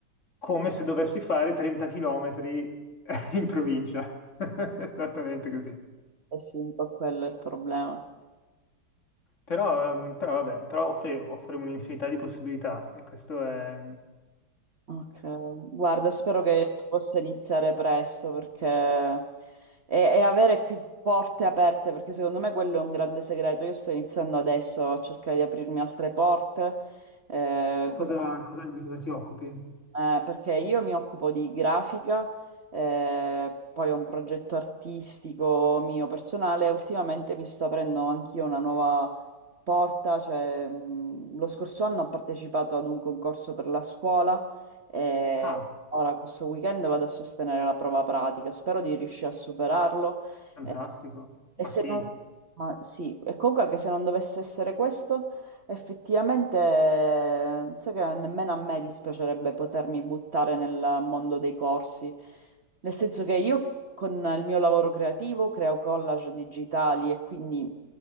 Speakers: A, on the left; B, on the right.
A: come se dovessi fare 30 km <laughs> in provincia. <laughs> Esattamente così.
B: Eh sì, un po' quello è il problema.
A: Però, ehm, però vabbè, però offre, offre un'infinità di possibilità e questo è...
B: Ok, guarda, spero che possa iniziare presto perché... e, e avere più porte aperte, perché secondo me quello è un grande segreto. Io sto iniziando adesso a cercare di aprirmi altre porte, eh,
A: Tu
B: come
A: cosa, cosa- di cosa ti occupi?
B: eh, perché io mi occupo di grafica, eh, poi ho un progetto artistico mio personale. Ultimamente mi sto aprendo anch'io una nuova porta, cioè, mh, lo scorso anno ho partecipato ad un concorso per la scuola e
A: Ah,
B: ora questo weekend vado a sostenere la prova pratica. Spero di riuscire a superarlo.
A: fantastico.
B: eh, e
A: Ma
B: se
A: sì,
B: non, ma sì, e comunque anche se non dovesse essere questo. Effettivamente, eh, sai che nemmeno a me dispiacerebbe potermi buttare nel mondo dei corsi, nel senso che io con il mio lavoro creativo creo collage digitali e quindi